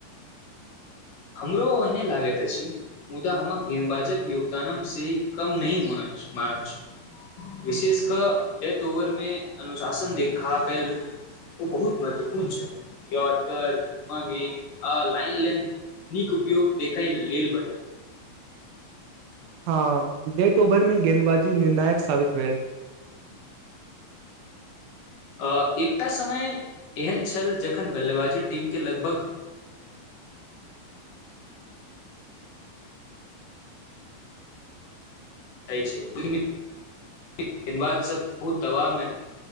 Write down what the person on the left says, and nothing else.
हमरो ओहने लागैत अछि मुदा हमक गेदबाजक योगदान से ही कम नहि मानैत छी विशेष कऽ डेथ ओवर मे अनुशासन देखा गेल ओ बहुत महत्वपूर्ण छै यर्कर धीमा गे आ लाइन लेंथ नीक उपयोग देखय लेल बटल
अ एकटा समय एहन छल जखन बल्लेबाजी टीमके लगभग गेदबाजसभ बहुत दबावमे